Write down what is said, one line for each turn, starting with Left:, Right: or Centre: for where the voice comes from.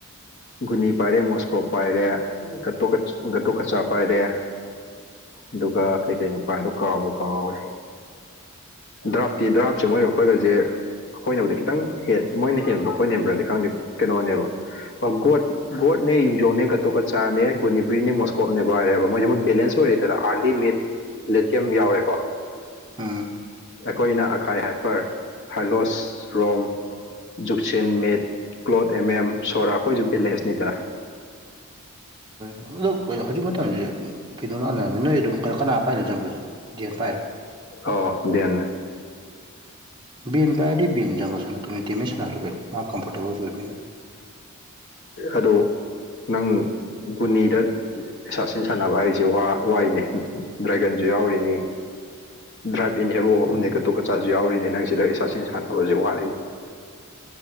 Left: ꯒꯨꯅꯤ ꯄꯥꯏꯔꯦ ꯃꯣꯁꯀꯣꯞ ꯄꯥꯏꯔꯦ ꯒꯇꯣꯛꯒꯥꯠ ꯒꯇꯣꯛꯀꯆꯥ ꯄꯥꯏꯔꯦ ꯑꯗꯨꯒ ꯀꯩꯀꯩꯅꯣ ꯄꯥꯏꯕꯗꯣ ꯀꯥꯎꯕꯨ ꯀꯥꯎꯔꯦ ꯗ꯭ꯔꯥꯐꯇꯤ ꯗ꯭ꯔꯥꯐꯁꯦ ꯃꯣꯏ ꯑꯩꯈꯣꯏꯒꯁꯦ ꯑꯩꯈꯣꯏꯅꯕꯨꯗꯤ ꯈꯤꯇꯪ ꯍꯦꯟ ꯃꯣꯏꯅ ꯍꯦꯟꯕ꯭ꯔꯥ ꯑꯩꯈꯣꯏꯅ ꯍꯦꯟꯕ꯭ꯔꯥꯗꯤ ꯈꯪꯗꯦ ꯀꯩꯅꯣꯅꯦꯕ ꯑ ꯒꯣꯗ ꯒꯣꯗꯅꯦ ꯌꯨꯖꯣꯡꯅꯦ ꯒꯇꯣꯛꯀꯆꯥꯅꯦ ꯒꯨꯅꯤꯕ꯭ꯔꯤꯅꯦ ꯃꯣꯁꯀꯣꯞꯅꯦ ꯄꯥꯏꯔꯦ ꯃꯣꯏ ꯃꯣꯏ ꯕꯦꯂꯦꯟꯁ ꯑꯣꯏꯔꯦ ꯇꯦꯗꯥ ꯑꯔꯂꯤ ꯃꯤꯠ ꯂꯦꯗ ꯒꯦꯝ ꯌꯥꯎꯔꯦꯀꯣ
Right: ꯎꯝ
Left: ꯑꯩꯈꯣꯏꯅ ꯑꯀꯥꯏ ꯍꯥꯏꯞꯄꯔ ꯍꯥꯏꯂꯣꯁ ꯔꯣꯝ ꯖꯨꯛꯁꯦꯟ ꯃꯤꯠ ꯀ꯭ꯂꯣꯠ ꯑꯦꯝ ꯑꯦꯝ ꯁꯣꯔꯥ ꯑꯩꯈꯣꯏꯁꯨ ꯕꯦꯂꯦꯟꯁꯅꯤꯗꯅ
Right: ꯑꯗꯨ ꯀꯩꯅꯣ ꯍꯧꯖꯤꯛ ꯃꯇꯝꯁꯦ ꯀꯩꯅꯣ ꯂꯥꯟꯅꯔꯝꯅꯦ ꯅꯣꯏ ꯑꯗꯨꯝ ꯀ ꯀꯅꯥ ꯄꯥꯏꯅꯣ ꯖꯪꯒꯜꯁꯦ ꯗꯦꯟ ꯄꯥꯏꯔꯣ
Left: ꯑꯣ ꯗꯦꯟ
Right: ꯕꯦꯟ ꯄꯥꯏꯔꯗꯤ ꯕꯦꯟ ꯖꯪꯒꯜ <unintelligible> ꯁꯅꯍꯜꯂꯨ ꯀꯩꯅ‌ꯣ ꯃꯥ ꯀꯝꯐꯣꯔꯇꯦꯕꯜꯁꯨ ꯑꯣꯏꯕꯅꯤꯅ
Left: ꯑꯗꯣ ꯅꯪ ꯒꯨꯅꯤꯗ ꯑꯦꯁꯥꯁꯤꯟ ꯁꯥꯟꯅꯕ ꯍꯥꯏꯁꯦ ꯋꯥ ꯋꯥꯏꯅꯦ ꯗ ꯗ꯭ꯔꯥꯏꯒꯟꯁꯨ ꯌꯥꯎꯔꯤꯅꯤ ꯗ꯭ꯔꯥꯏꯞ ꯏꯟ ꯍꯦꯔꯣ ꯑꯍꯨꯝꯅꯤ
Right: ꯍꯣꯏ
Left: ꯒꯇꯣꯀꯆꯥꯁꯨ ꯌꯥꯎꯔꯤꯅꯤ ꯅꯪ ꯁꯤꯗ ꯏꯁꯥꯁꯤꯟ ꯁꯥꯟꯅꯕꯁꯦ ꯋꯥꯏꯅ <unintelligible>